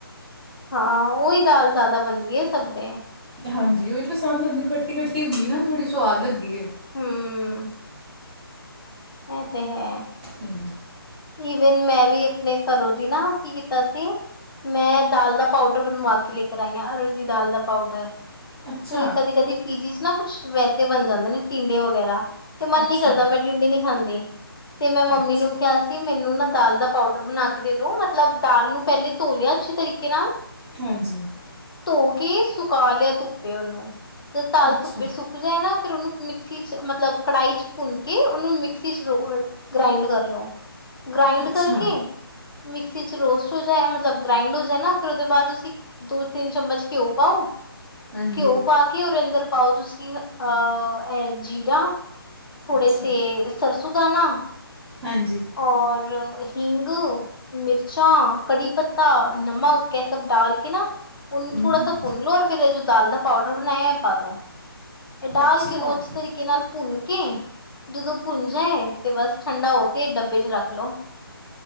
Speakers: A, on the left (about 60°); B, in the centre.
A: ਹਾਂ, ਔਈ ਦਾਲ ਜ਼ਾਦਾ ਬਣਦੀ ਏ ਸਭ ਦੇ-
B: ਹਾਂਜੀ, ਔਈ ਪਸੰਦ ਹੁੰਦੀ। ਖੱਟੀ-ਖੱਟੀ ਏ ਹੁੰਦੀ ਨਾ, ਥੋੜ੍ਹੀ ਸਵਾਦ ਲੱਗਦੀ ਏ।
A: ਹੁੰ। ਏ ਤੇ ਹੈ।
B: ਹੂੰ।
A: ਈਵਨ ਮੈਂ ਵੀ ਆਪਣੇ ਘਰੋਂ ਦੀ ਨਾ, ਕੀ ਕੀਤਾ ਸੀ? ਮੈਂ ਦਾਲ ਦਾ ਪਾਊਡਰ ਬਣਵਾ ਕੇ ਲੈ ਕਰ ਆਈ। ਹਾਂ ਅਰ ਹਰ ਦੀ ਦਾਲ ਦਾ ਪਾਊਡਰ। ਕਿਉਕਿ
B: ਅੱਛਾ
A: ਕਦੀ ਕਦੀ ਪੀਜੀ ਨਾ ਕੁਛ ਵੈਸੇ ਬਣ ਜਾਂਦੇ ਨੇ ਟੀਂਡੇ ਵਗੈਰਾ। ਤੇ ਮਨ
B: ਅੱਛਾ
A: ਨੀ ਕਰਦਾ ਮੈਂ ਟਿੰਡੇ ਨੀ ਖਾਂਦੀ ਤੇ ਮੈਂ ਮੰਮੀ
B: ਅੱਛਾ
A: ਨੂੰ ਕਿਹਾ ਸੀ ਮੈਨੂੰ ਨਾ ਦਾਲ ਦਾ ਪਾਊਡਰ ਬਣਾ ਕੇ ਦੇ ਦੋ ਮਤਲਬ ਦਾਲ ਨੂੰ ਪਹਿਲੇ ਧੋਲਿਆ ਅੱਛੇ ਤਰੀਕੇ ਨਾਲ
B: ਹਾਂਜੀ
A: ਧੋ ਕੇ ਸੁਕਾ ਲਿਆ ਧੁੱਪੇ ਉਹਨੂੰ ਜਦੋਂ ਤਾਲ
B: ਅੱਛਾ
A: ਧੁੱਪੇ ਸੁੱਕ ਜਾਏ ਨਾ ਫਿਰ ਉਹਨੂੰ ਮਿਕਸੀ 'ਚ ਮਤਲਬ ਕੜਾਹੀ 'ਚ ਭੁੰਨ ਕੇ ਉਹਨੂੰ ਮ। ਮਿੱਕਸੀ ਚ ਰ ਗ੍ਰਾਇੰਡ ਕਰ ਲਓ ਗ੍ਰਾਇੰਡ
B: ਅੱਛਾ।
A: ਕਰਕੇ। ਮਿਕਸੀ 'ਚ ਰੋਸਟ ਹੋ ਜਾਏ ਮਤਲਬ ਗ੍ਰਾਈੰਡ ਹੋ ਜਾਏ ਨਾ ਫਿਰ ਉਹਦੇ ਬਾਅਦ ਅਸੀਂ ਦੋ ਤਿੰਨ ਚਮਚ ਘਿਓ ਪਾਓ
B: ਹਾਂਜੀ।
A: ਘਿਓ ਪਾ ਕੇ ਉਹਦੇ ਅੰਦਰ ਪਾਓ ਤੁਸੀਂ ਅ ਇਹ ਜੀਰਾ ਥੋੜੇ
B: ਅੱਛਾ,
A: ਸੇ ਸਰਸੋਂ ਦਾਨਾ
B: ਹਾਂਜੀ।
A: ਔਰ ਹਿੰਗ ਮਿਰਚਾਂ, ਕੜੀ ਪੱਤਾ, ਨਮਕ ਇਹ ਸਭ ਡਾਲ ਕੇ ਨਾ ਓਨੂੰ
B: ਹੂੰ।
A: ਥੋੜਾ ਸਾ ਭੁੰਨ ਲੋ ਫਿਰ ਜੋ ਦਾਲ ਦਾ ਪਾਊਡਰ ਬਣਾਇਆ ਪਾ ਦੋ ਇਹ ਡਾਲ
B: ਅੱਛਾ,
A: ਕੇ ਉਹਨੂੰ ਅੱਛੀ ਤਰੀਕੇ ਕੇ ਨਾਲ ਭੁੰਨ ਕੇ ਜਦੋਂ ਭੁੰਨ ਜਾਏ ਤੇ ਬਸ ਠੰਡਾ ਹੋ ਕੇ ਡੱਬੇ 'ਚ ਰੱਖ ਲੋੋ